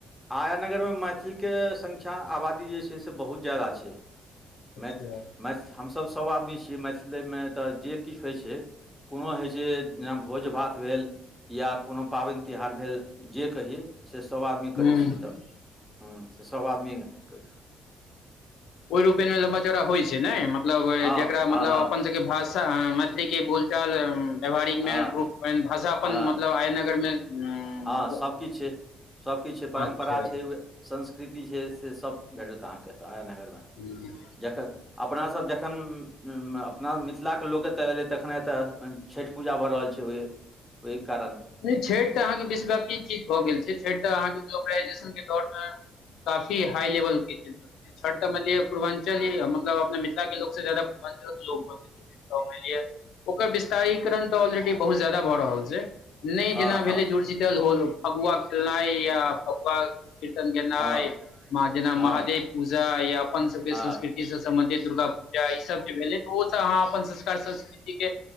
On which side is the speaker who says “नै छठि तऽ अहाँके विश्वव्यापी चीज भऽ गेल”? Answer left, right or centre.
Left